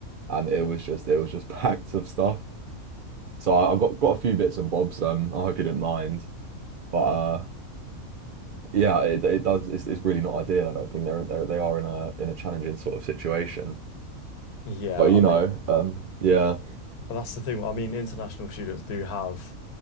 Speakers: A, on the right (about 60°); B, on the left (about 85°).
A: and it was just it was just <laughs> packed of stuff. So I, I got got a few bits and bobs. Um, I hope you didn't mind, but uh, yeah, it it does. It's, it's really not ideal. I don't think they're they they are in a in a challenging sort of situation.
B: Yeah,
A: But
B: I
A: you
B: mean.
A: know, um, yeah,
B: And that's the thing. I mean, international students do have